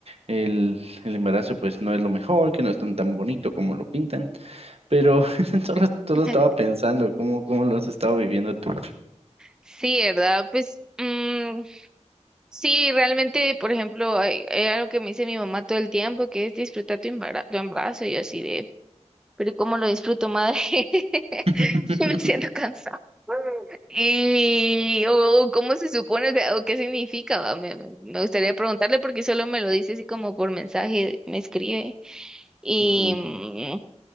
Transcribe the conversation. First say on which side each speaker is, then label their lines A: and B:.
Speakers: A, on the right; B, in the centre.
A: el, el embarazo pues no es lo mejor, que no es tan tan bonito como lo pintan, pero <laughs> solo, solo
B: <laughs>
A: estaba pensando cómo, cómo lo has estado viviendo tú.
B: Sí, ¿verdad? Pues mm, sí, realmente, por ejemplo, hay, hay algo que me dice mi mamá todo el tiempo, que es disfrutar tu embara- tu embarazo, y yo así de, pero ¿cómo lo disfruto, madre? <laughs>
A: <laughs>
B: Yo me siento cansada. Y, o, o cómo se supone, o sea, o qué significa, va, Me, me gustaría preguntarle porque solo me lo dice así como por mensaje, me escribe. Y
A: Ujú,
B: mm,